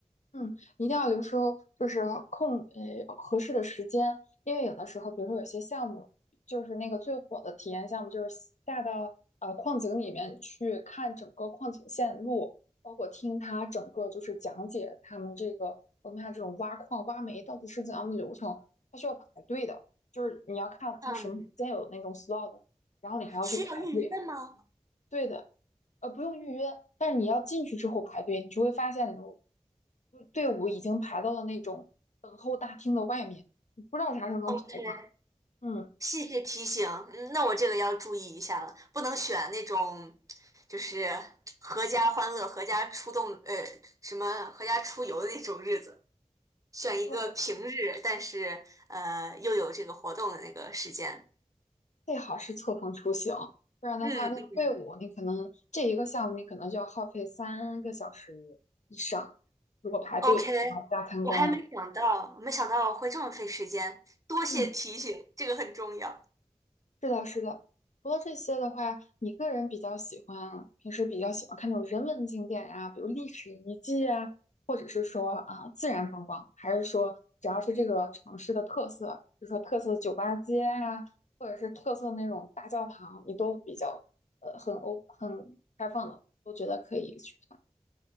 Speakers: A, on the left (about 70°); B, on the right (about 25°).
A: 嗯，一定要留出就是空呃合适的时间，因为有的时候，比如说有些项目，就是那个最火的体验项目，就是下到呃矿井里面去看整个矿井线路，包括听他整个就是讲解他们这个我们看这种挖矿挖煤到底是怎样的流程，它需要排队的，就是你要看它什么时间有那种
B: 嗯，
A: slot，然后你还要去排队。
B: 需要预约吗？
A: 对的，呃，不用预约，但是你要进去之后排队，你就会发现你的队伍已经排到了那种等候大厅的外面，你不知道啥时候能排上。
B: OK，
A: 嗯，
B: 谢谢提醒，嗯，那我这个要注意一下了，不能选那种就是合家欢乐、合家出动，呃，什么合家出游的那种日子。选一个平日，
A: 对，
B: 但是呃又有这个活动的那个时间。
A: 最好是错峰出行，不然的话，
B: 嗯嗯
A: 那个队伍你可能这一个项目你可能就要耗费三个小时以上，如果排队然后加参观了。
B: ，OK，我还没想到，没想到会这么费时间，多谢提醒，
A: 嗯。
B: 这个很重要。
A: 是的，是的。除了这些的话，你个人比较喜欢，平时比较喜欢看那种人文景点啊，比如历史遗迹啊，或者是说啊、自然风光，还是说只要是这个城市的特色，比如说特色的酒吧街呀、或者是特色的那种大教堂，你都比较呃很欧很开放的，都觉得可以去看。